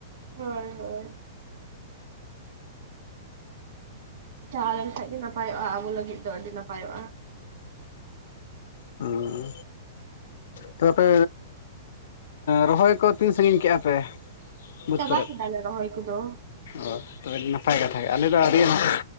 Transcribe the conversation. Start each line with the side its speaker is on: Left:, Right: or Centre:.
Right: ᱦᱳᱭ ᱦᱳᱭ᱾ ᱪᱟᱞᱟᱣ ᱞᱮᱱᱠᱷᱟᱡ ᱜᱮ ᱱᱟᱯᱟᱭᱚᱜᱼᱟ ᱟᱵᱚ ᱞᱟᱹᱜᱤᱫ ᱫᱚ ᱟᱹᱰᱤ ᱱᱟᱯᱟᱭᱚᱜᱼᱟ᱾
Left: ᱦᱩᱸ ᱛᱚ ᱟᱯᱮ ᱨᱚᱦᱚᱭ ᱠᱚ ᱛᱤᱱ ᱥᱟᱺᱜᱤᱧ ᱠᱮᱼᱟ ᱯᱮ? ᱵᱟᱹᱫᱽ
Right: ᱪᱟᱵᱟᱠᱤᱫᱟᱞᱮ
Left: ᱠᱚᱨᱮᱫ
Right: ᱨᱚᱦᱳᱭ ᱠᱚᱫᱚ᱾
Left: ᱚ ᱛᱚ ᱟᱹᱰᱤ ᱱᱟᱯᱟᱭ ᱠᱟᱛᱷᱟ ᱜᱮ ᱟᱞᱮᱫᱚ ᱟᱳᱨᱤ ᱦᱟᱜ